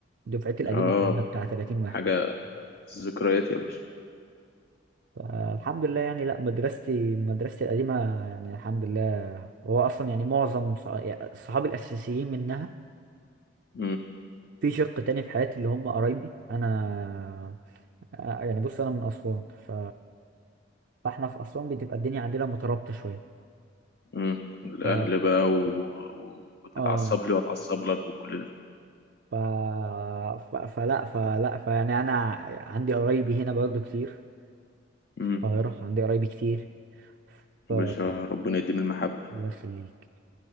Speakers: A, on the right (about 65°); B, on the left (about 55°).
A: دفعتي القديمة
B: اه
A: كلها بتاع 30 واحد
B: حاجه ذكريات يا باشا
A: فالحمد لله يعني لا مدرستي مدرستي القديمة يعني الحمد لله هو أصلا يعني معظم صح- يعني صحابي الأساسيين منها
B: امم
A: في شق تاني في حياتي اللي هم قرايبي انا آه، يعني بص انا من اسوان ف... فاحنا في اسوان بتبقى الدنيا عندنا مترابطه شويه
B: امم الاهل
A: ف
B: بقى و... و- وتتعصب
A: اه
B: لي واتعصب لك وكل ده
A: ف... ف... فلا فلا فيعني انا عندي قرايبي هنا برضو كتير في
B: امم
A: القاهره عندي قرايبي كتير ف
B: يا باشا ربنا يديم المحبه
A: الله يخليك